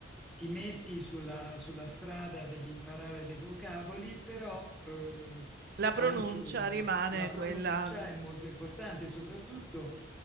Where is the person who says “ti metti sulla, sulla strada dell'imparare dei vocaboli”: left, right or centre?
Centre